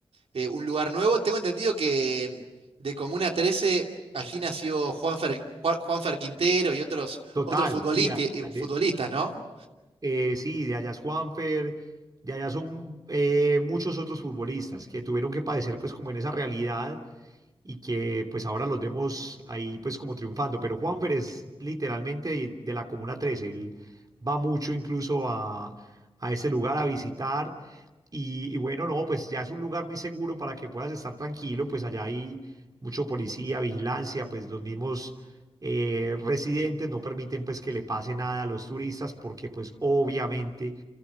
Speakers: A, on the right; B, on the right.
A: eh, un lugar nuevo. Tengo entendido que mm, de Comuna 13 allí nació Juanfer, Juan- Juanfer Quintero y otros,
B: Total,
A: otros futbolistas,
B: sí, a-
A: futbolistas,
B: de, de-
A: ¿no?
B: eh, sí, de allá es Juanfer, de allá son eh, muchos otros futbolistas que tuvieron que padecer pues como en esa realidad y que pues ahora los vemos ahí pues como triunfando, pero Juanfer es literalmente de, de la Comuna 13, él va mucho incluso a, a ese lugar a visitar y, y bueno, no, pues ya es un lugar muy seguro para que puedas estar tranquilo, pues allá hay mucho policía, vigilancia, pues los mismos eh, residentes no permiten pues que le pase nada a los turistas porque pues obviamente